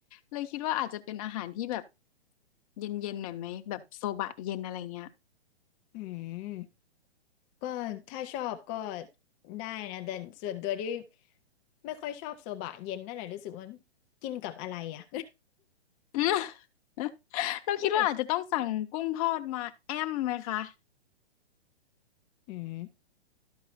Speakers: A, on the left (about 35°); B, on the left (about 15°).
A: เลยคิดว่าอาจจะเป็นอาหารที่แบบเย็นๆหน่อยไหมแบบโซบะเย็นอะไรเงี้ย <laughs>
B: อืมก็ถ้าชอบก็ได้นะแต่ส่วนตัวที่ไม่ค่อยชอบโซบะเย็นนั่นแหละรู้สึกว่ากินกับอะไรอ่ะ
A: อืม <laughs>
B: <laughs>
A: เราคิดว่าอาจจะต้องสั่งกุ้งทอดมาแอมไหมคะ
B: ที่แบบอืม